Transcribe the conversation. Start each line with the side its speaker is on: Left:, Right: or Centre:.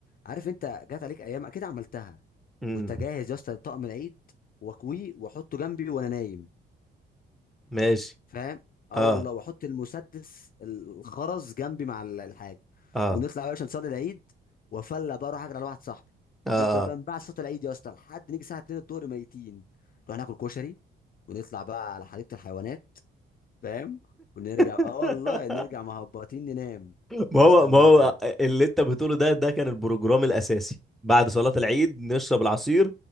Left: عارف انت جات عليك ايام اكيد عملتها
Centre: امم
Left: كنت اجهز يا اسطى طقم العيد واكويه واحطه جنبي وانا نايم
Centre: ماشي
Left: فاهم اه
Centre: اه
Left: والله واحط المسدس الخرز جنبي مع ال- الحاجه
Centre: اه
Left: ونطلع بقى عشان نصلي العيد وافلى بقى اروح اجري على واحد صاحبي
Centre: اه,
Left: نفضل بقى
Centre: آه.
Left: نبع صوت العيد يا اسطى لحد نيجي الساعه 2 الظهر ميتين نروح ناكل كشري ونطلع بقى على حديقة الحيوانات فاهم ونرجع
Centre: <laughs>
Left: اه والله نرجع مهبطين ننام
Centre: ما
Left: نصحى
Centre: هو
Left: المغرب
Centre: ما هو اللي انت بتقوله ده ده كان البروجرام الاساسي بعد صلاة العيد نشرب العصير